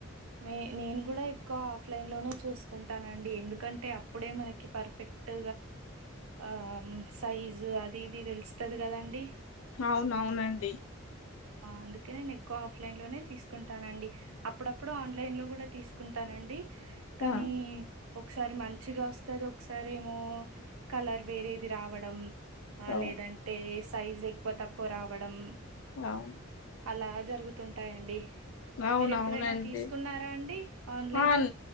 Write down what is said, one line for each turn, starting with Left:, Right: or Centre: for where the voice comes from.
Right: నే నేను కూడా ఎక్కువ ఆఫ్లైన్ లోనే చేస్తుంటానండి ఎందుకంటే అప్పుడే మనకి పర్ఫెక్ట్ ఆ సైజు అది ఇది తెలుస్తది కదాండి
Left: అవునవునండి
Right: అందుకే నేను ఎక్కువ ఆఫ్లైన్ లోనే తీసుకుంటానండి అప్పుడప్పుడు ఆన్లైన్లో కూడా తీసుకుంటానండి కానీ
Left: ఆ
Right: ఒకసారి మంచిగా వస్తది ఒకసారి ఏమో కలర్ వేరేది రావడం
Left: అవును
Right: లేదంటే సైజ్ ఎక్కువ తక్కువ రావడం
Left: అవును
Right: అలా జరుగుతుంటాయండి
Left: అవునవునండి.
Right: మీరు ఎప్పుడైనా తీసుకున్నారా అండి ఆన్లైన్లో
Left: ఆ